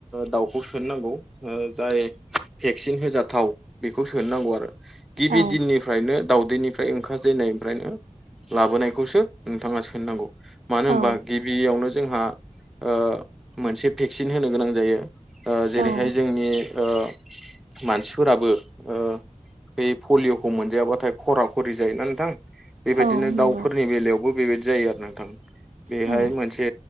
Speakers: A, in the centre; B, on the right.
A: दाउखौ बेखौ सोनोनांगौ जाय भेक्सिन होजाथाव बेखौ सोनोनांगौ आरो। गिबि
B: औ
A: दिननिफ्रायनो दाउदैनि फ्राय ओंखारजेननायनिफ्रायनो लाबोनायखौसो नोंथाङा सोनोनांगौ मानो होनबा
B: औ
A: गिबियावनो जोंहा ओ मोनसे भेक्सिन होनो गोनां जायो जेरैहाय
B: औ
A: जोंनि ओ मानसिफोराबो ओ बे पलिय'खौ मोनजायाबाथाय खरा खरि जायोना नोंथां बेबायदिनो
B: औ नंगौ
A: दाउफोरनि बेलायावबो बेबायदि जायो आरो नोंथां बेहाय
B: औ
A: मोनसे